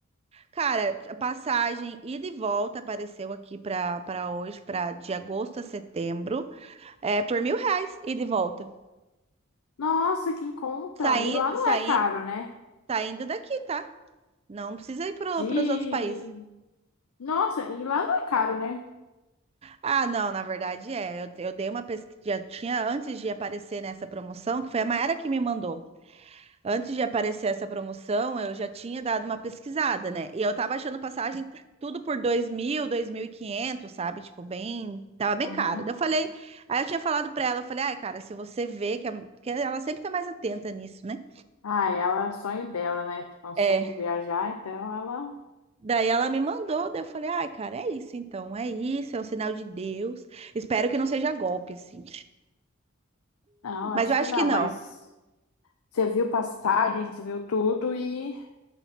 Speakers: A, on the right; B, on the left.
A: Cara, a passagem ida e volta apareceu aqui pra, pra hoje, pra de agosto a setembro, é por mil reais, ida e volta.
B: Nossa, que em conta.
A: Saí,
B: E lá não
A: saí,
B: é caro, né?
A: saindo daqui, tá? Não precisa ir para
B: De.
A: os outros países.
B: Nossa, e lá não é caro, né?
A: Ah, não, na verdade é. Eu, eu dei uma pesquisa. Já tinha antes de aparecer nessa promoção, que foi a Maera que me mandou. Antes de aparecer essa promoção, eu já tinha dado uma pesquisada, né? E eu tava achando passagem tudo por dois dois mil, dois mil e quinhentos, sabe? Tipo, bem. Tava bem
B: Uhum.
A: caro. Daí eu falei. Aí eu tinha falado pra ela, eu falei, ai, cara, se você vê que, a- que ela sempre tá mais atenta nisso, né?
B: Ah, é, ela, é o sonho dela, né? Consumo
A: É,
B: viajar, então ela.
A: Daí ela me mandou, daí eu falei, ai, cara, é isso então, é isso, é um sinal de Deus. Espero que não seja golpe, assim.
B: Não, acho
A: Mas eu
B: que
A: acho
B: não,
A: que não.
B: mas você viu passagem, você viu tudo e,